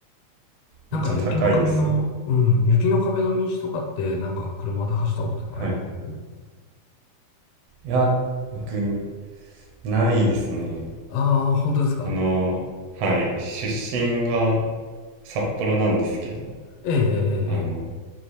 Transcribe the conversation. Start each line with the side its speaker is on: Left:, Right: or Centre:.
Left: なんか雪の壁の、
Right: めっちゃ高いですね。
Left: うん、雪の壁の道とかって、なんか車で走ったこととかあります
Right: はい。いや、僕、ないですね。
Left: ああー、本当ですか。
Right: あの、はい、出身は札幌なんですけど、
Left: ええ、ええ、
Right: あの、
Left: ええ。